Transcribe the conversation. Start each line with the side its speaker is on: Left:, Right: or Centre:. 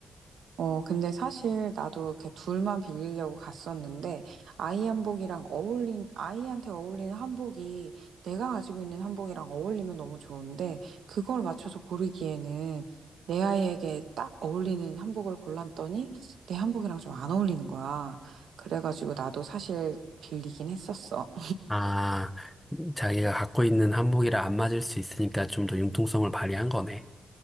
Right: 어 근데 사실 나도 이렇게 둘만 빌리려고 갔었는데 아이 한복이랑 어울린 아이한테 어울리는 한복이 내가 가지고 있는 한복이랑 어울리면 너무 좋은데 그걸 맞춰서 고르기에는 내 아이에게 딱 어울리는 한복을 골랐더니 내 한복이랑 좀 안 어울리는 거야. 그래가지고 나도 사실 빌리긴 했었어.
Centre: 아, 자기가 갖고 있는 한복이랑 안 맞을 수 있으니까 좀 더 융통성을 발휘한 거네.